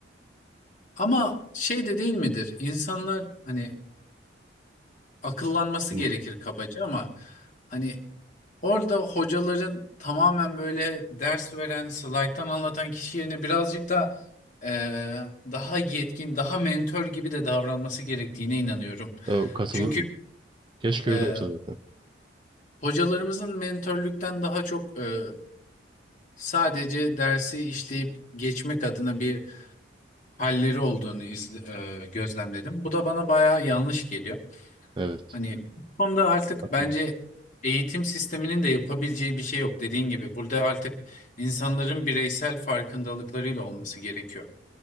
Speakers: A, on the left; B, on the right.
A: ama şey de değil midir? İnsanlar hani akıllanması
B: Hı.
A: gerekir kabaca ama hani orada hocaların tamamen böyle ders veren, slayttan anlatan kişi yerine birazcık da e, daha yetkin, daha mentor gibi de davranması gerektiğine inanıyorum.
B: E, katılıyorum.
A: Çünkü
B: Keşke
A: e,
B: öyle olsa zaten.
A: hocalarımızın mentorluktan daha çok e, Sadece dersi işleyip geçmek adına bir halleri olduğunu izle- e, gözlemledim. Bu da bana bayağı yanlış geliyor.
B: Evet.
A: Hani bu konuda artık
B: Katılıyorum.
A: bence eğitim sisteminin de yapabileceği bir şey yok dediğin gibi. Burada artık insanların bireysel farkındalıklarıyla olması gerekiyor.